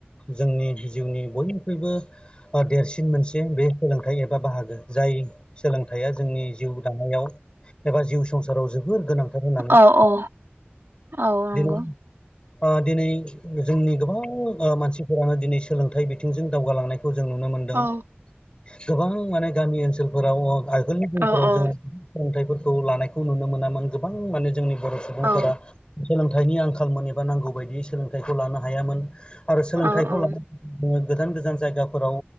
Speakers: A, on the left; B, on the right.
A: जोंनि जिउनि बयनिख्रुइबो ओ देरसिन मोनसे बे सोलोंथाइ एबा बाहागो जाय सोलोंथाइया जोंनि जिउ दानायाव एबा जिउ संसाराव जोबोर गोनां थार होननानै
B: औ औ औ नंगौ
A: <unintelligible> ओ दिनै जोंनि गोबां ओ मानसि फोरानो दिनै सोलोंथाइ बिथिंजों दावगालांनायखौ जों नुनो मोनदों।
B: औ
A: गोबां माने गामि ओनसोलफोराव ओ आगोलनि दिनफोराव
B: औ औ
A: जोङो सोलोंथाइफोरखौ लानायखौ नुनो मोनामोन। गोबां माने जोंनि बर' सुबुंफोरा
B: औ
A: सोलोंथाइनि आंखालमोन एबा नांगौ बायदियै सोलोंथाइखौ लानो हायामोन आरो सोलोंथाइखौ
B: औ औ
A: लानो जोङो गोजान गोजान जायगाफोराव